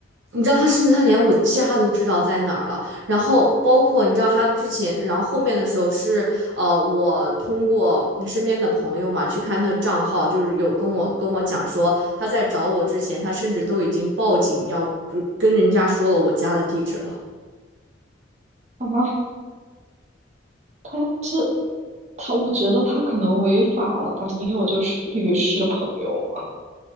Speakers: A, on the right; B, on the right.
A: 你知道他甚至他连我家都知道在哪儿了，然后包括你知道他之前，然后后面的时候是呃，我通过身边的朋友嘛去看他的账号，就是有跟我跟我讲说他在找我之前，他甚至都已经报警要就跟人家说了我家的地址了。
B: 好吧，他这他，我觉得他可能违法了吧？你有就是律师朋友吗？